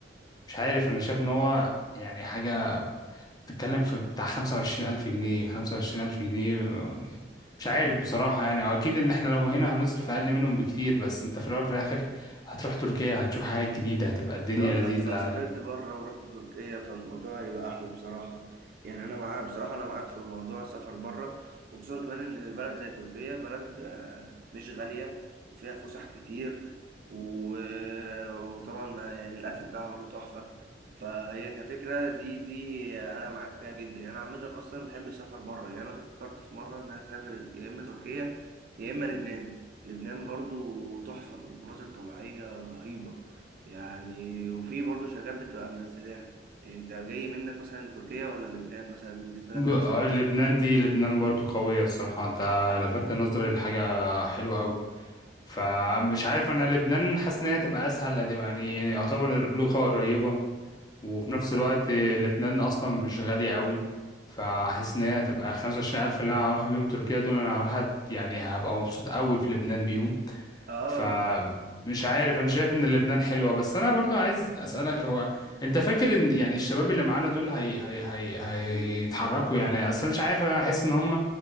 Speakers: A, on the left; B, on the right.
A: مش عارف انا شايف ان هو يعني حاجة بتتكلم في بتاع 25000 جنيه 25000 جنيه مش عارف بصراحة يعني اكيد ان احنا لو هنا هنصرف اقل منهم بكتير بس انت في الاول وفي الاخر هتروح تركيا هتشوف حاجات جديدة هتبقى الدنيا
B: بالظبط
A: لذيذة
B: هتبقى سافرت بره ورحت تركيا فالموضوع هيبقى احلى بصراحه يعني انا معاك بصراحه انا معاك في موضوع السفر بره وخصوصا كمان ان بلد زي تركيا بلد آه، مش غاليه وفيها فسح كتير و- آه، وطبعا ما- يعني الاكل بتاعها برضه تحفه فهي كفكره دي دي انا معاك فيها جدا يعني انا عامه اصلا بحب السفر بره يعني انا فكرت في مره ان انا اسافر يا اما تركيا يا اما لبنان لبنان برضه تحفه ومناظر طبيعيه رهيبه يعني وفي برضه شركات بتبقى منزلاها يعني انت جاي منك مثلا تركيا ولا لبنان مثلا بالنسبة لك
A: ب-
B: احسن
A: آه، لبنان دي لبنان برضو قوية الصراحة انت لفتت نظري لحاجة حلوة قوي فمش عارف انا لبنان حاسس ان هي تبقى اسهل هتبقى يعني يعتبر لغة قريبة وفي نفس الوقت لبنان اصلا مش غالية قوي فحس ان هي هتبقى 25000 الف اللي انا هروح بيهم تركيا دول انا هروح أت- يعني هبقى مبسوط قوي في لبنان بيهم
B: اه
A: فمش عارف انا شايف ان لبنان حلوة بس انا برضو عايز اسألك هو انت فاكر ان يعني الشباب اللي معانا دول هي هي هي هيتحركوا يعني اصلا مش عارف انا احس ان هم